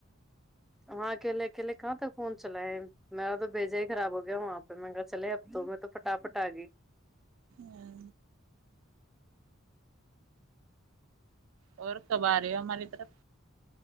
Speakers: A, in the centre; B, on the right.
A: وہاں اکیلے اکیلے کہاں تک فون چلائے میرا تو بھیجا ہی خراب ہو گیا وہاں پہ منگا چل اب تو میں تو پٹا فٹگ <unintelligible>
B: ہاں اور کب آ رہی ہو ہماری طرف